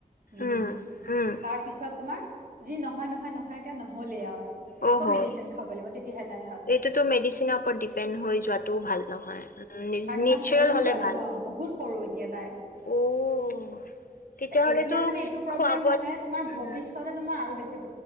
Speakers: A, on the right; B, on the left.
A: ব্লিডি
B: উম উম
A: তাৰ পিছত তোমাৰ যি নহয় নহয় নহয় এ নহলেই আৰু
B: অ
A: আকৌ
B: হয়
A: মেডিচিন খাব লাগিব তেতিয়াহে তাক
B: এইটোতো মেডিচিনৰ ওপৰত ডিপেণ্ড হৈ যোৱাাতটোও ভাল নহয়
A: কাৰ
B: নেচাৰেল
A: ইমান সৰু
B: হলে
A: ছোৱালী
B: ভাল
A: ন বহুত সৰু এতিয়া তাই
B: অ তেতিয়াহ'লেতো
A: এতিয়া মানে এইটো প্ৰব্লেম
B: খোৱা বোৱাত
A: হলে তোমাৰ
B: উম
A: ভৱিষ্যত তোমাৰ আৰু বেছি